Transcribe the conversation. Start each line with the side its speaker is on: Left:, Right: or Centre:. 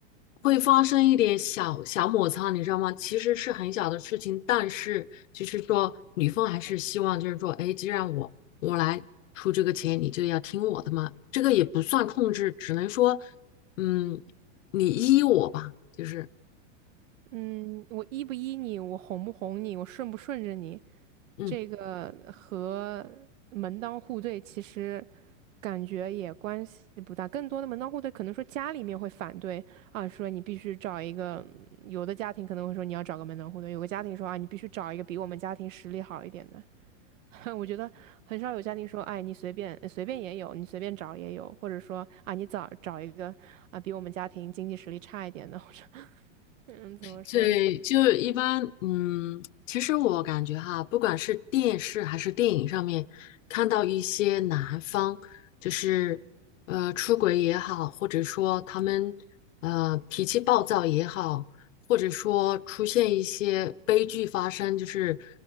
Left: 会发生一点小小摩擦，你知道吗？其实是很小的事情，但是就是说，女方还是希望就是说，哎，既然我我来出这个钱，你就要听我的嘛。这个也不算控制，只能说，嗯，你依我吧，就是
Right: 嗯，我依不依你，我哄不哄你，我顺不顺着你，
Left: 嗯。
Right: 这个和门当户对其实感觉也关系不大。更多的门当户对，可能说家里面会反对啊，说你必须找一个，有的家庭可能会说你要找个门当户对，有个家庭说啊，你必须找一个比我们家庭实力好一点的。<laughs> 我觉得很少有家庭说，哎，你随便随便也有，你随便找也有，或者说啊，你找找一个啊比我们家庭经济实力差一点的，或者 <laughs> 嗯，怎么说呢？
Left: 所以就一般，嗯，其实我感觉哈，不管是电视还是电影上面看到一些男方，就是呃出轨也好，或者说他们呃脾气暴躁也好，或者说出现一些悲剧发生，就是